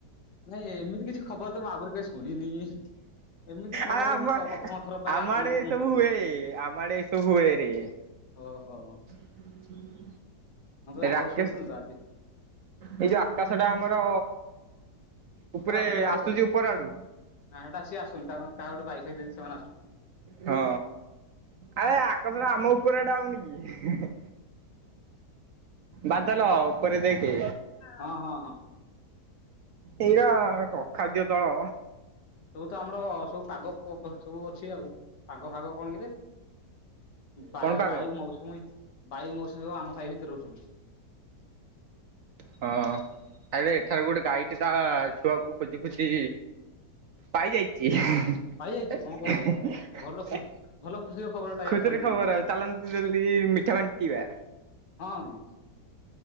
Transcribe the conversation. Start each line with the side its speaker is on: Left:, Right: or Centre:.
Left: ନାଇଁ ଏମିତି କିଛି ଖବରତ ମୁଁ ଆଗୁରୁ କେବେ ଶୁଣିନି। ଏମିତି ଖବର
Right: ଆ ଆ
Left: ମୁଁ ପ୍ରଥମ ଥର ପାଇଁ
Right: ଆମଡ଼େ
Left: ଆପଣଙ୍କ
Right: ଏସବୁ
Left: ମୁହଁରୁ
Right: ହୁଏ ଆମଡ଼େ ଏସବୁ ହୁଏରେ।
Left: ଓହୋ।
Right: <inaudible>
Left: ମୁଁ କବେ ଆଗୁରୁ
Right: ରାକେଶ
Left: ଶୁଣୁନଥିଲୁତ ଆଜି
Right: ଏଇ ଯୋଉ ଆକାଶଟା ଆମର ଉପରେ
Left: ହେଟା ବାତ୍ରା ପିଲାଟାବେ
Right: ଆସୁଛି
Left: ନାଇଁ
Right: ଉପର ଆଡୁ
Left: ହେଟା ସିଏ ଆସୁନି ତା କାହା ଗୋଟେ ବାଇକ୍ ଫାଇକ୍ ଦେଇଚି ସେମାନେ ଆସୁନି।
Right: ହଁ ଆରେ ଆକାସଟା ଆମ ଉପରେ ଏଟା ହୋଉନିକି। ବାଦଲ ଉପରେ ଦେଖେ।
Left: ହଁ ହଁ ହଁ।
Right: ଏଇରା କଣ କଖାଦ୍ୟ ଦଳ
Left: ସବୁତ ଆମର ସବୁ ପାଗ ପ ପ ସବୁ ଅଛି ଆଉ ପାଗ ଫାଗ କଣ କିରେ? ବାୟ
Right: କଣ ପାଗ
Left: ବାୟୁ ମୌସୁମୀ ବାୟୁ ମୌସୁମୀ ସବୁ ଆମ ସାହି ଭିତରେ ରହୁଚନ୍ତି।
Right: ହଁ। ଆବେ ଏଠାରେ ଗୋଟେ ଗାଈଟେତା ଛୁଆକୁ ଖୋଜି ଖୋଜି ପାଇଯାଇଚି ହେ
Left: ପାଇଯାଇଛି କଣ କହୁଛୁ
Right: ହେ।
Left: ଭଲ ଖୁ ଭଲ ଖୁସିର ଖବରଟା ଏ
Right: ଖୁସିରେ
Left: ଆପଣ ଦେଇଛନ୍ତି
Right: ଖବର
Left: ମତେ
Right: ଆଉ ଚାଲନ୍ତୁ ଜଲ୍ଦି ମିଠା ବାଣ୍ଟିବା।
Left: ହଁ କି।